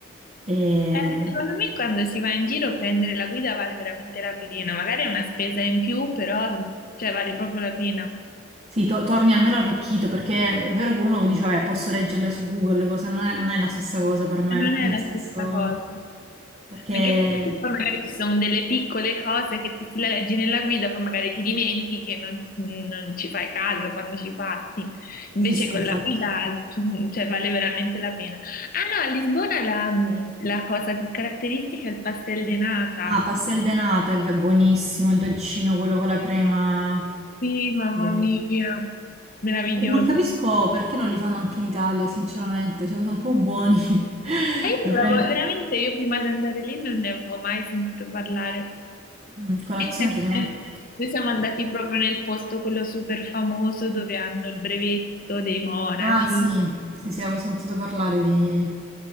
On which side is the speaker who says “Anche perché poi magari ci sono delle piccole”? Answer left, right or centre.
Left